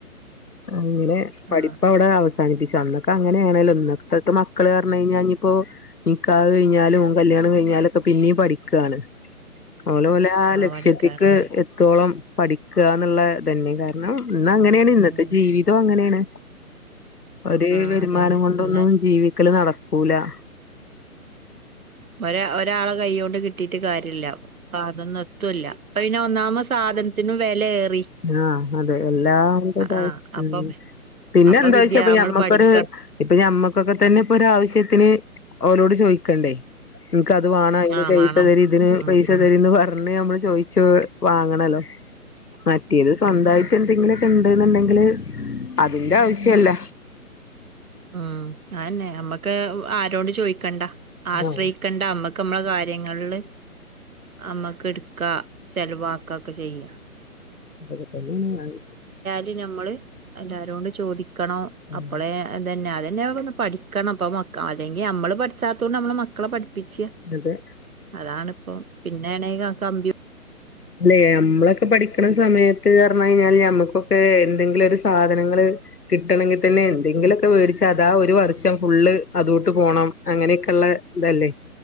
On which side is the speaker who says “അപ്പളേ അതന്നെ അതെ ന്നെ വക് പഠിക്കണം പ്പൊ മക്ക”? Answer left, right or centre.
Right